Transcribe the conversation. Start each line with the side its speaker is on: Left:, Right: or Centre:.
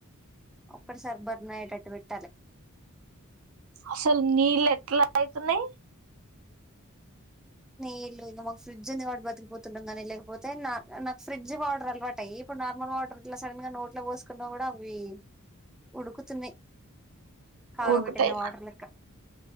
Centre: ఒక్కటేసారి బర్న్ అయ్యేటట్టు పెట్ టలే
Right: అసలు నీళ్ళు ఎట్లా ఐతున్నాయ్
Centre: నీళ్లు ఇంగ మాకు ఫ్రిడ్జ్ ఉంది కాబట్టి బతికిపోతున్నాం గానీ లేకపోతే నాక్ నాకు ఫ్రిడ్జ్ వాటర్ అలవాటై ఇప్పుడు నార్మల్ వాటర్ అట్లా సడన్ గా నోట్లో పోసుకున్నా కూడా అవి ఉడుకుతున్నాయి కాగబెట్టిన
Right: ఉడుకుతాయి
Centre: వాటర్ లెక్క